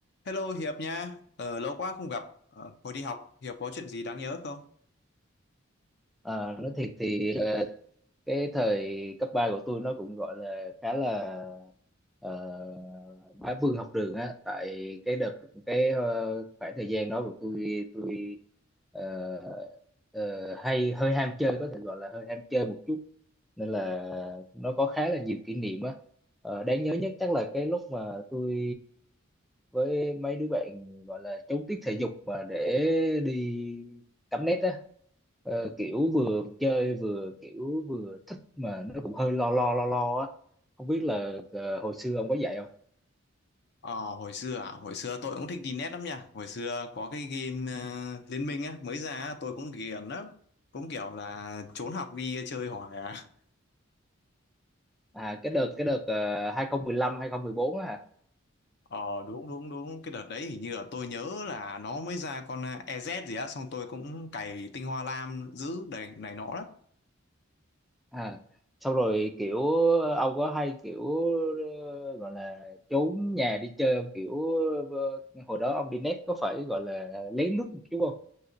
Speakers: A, on the left (about 55°); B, in the centre.
A: Hello Hiệp nha, ờ, lâu quá không gặp. Ờ, hồi đi học, Hiệp có chuyện gì đáng nhớ không?
B: Ờ, nói thiệt thì ờ, cái thời cấp 3 của tôi nó cũng gọi là khá là uh, bá vương học đường á tại cái đợt cái ờ, khoảng thời gian đó của tôi tôi ờ, ờ, hay hơi ham chơi có thể gọi là hơi ham chơi một chút nên là nó có khá là nhiều kỷ niệm á Ờ, đáng nhớ nhất chắc là cái lúc mà tôi với mấy đứa bạn gọi là trốn tiết thể dục mà để đi cắm nét á Ờ, kiểu vừa chơi vừa kiểu vừa thích mà nó cũng hơi lo lo lo lo á không biết là ờ, hồi xưa ông có dạy không
A: Ờ, hồi xưa à, hồi xưa tôi cũng thích đi net lắm nha. Hồi xưa có cái game ờ, Liên Minh á, mới ra á, tôi cũng ghiền lắm. Cũng kiểu là trốn học đi chơi hoài à.
B: à cái đợt cái đợt uh, 2015 2014 á hả
A: Ờ đúng đúng đúng, cái đợt đấy hình như là tôi nhớ là nó mới ra con ờ, EZ gì á, xong tôi cũng cày tinh hoa lam giữ này này nọ lắm.
B: à xong rồi kiểu ông có hay kiểu ờ, gọi là trốn nhà đi chơi không kiểu ờ, hồi đó ông đi net có phải gọi là lén lút một chút không